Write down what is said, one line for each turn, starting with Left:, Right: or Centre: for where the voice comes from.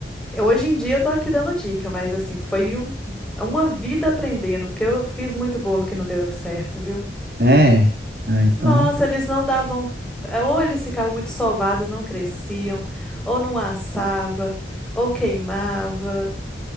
Centre: eu- Hoje em dia eu tô aqui dando dica, mas assim, foi um- uma vida aprendendo, porque eu fiz muito bolo que não deu certo, viu?
Right: É, ah, então,
Centre: Nossa, eles não davam, é, ou eles ficavam muito sovados, não cresciam, ou não assava, ou queimava.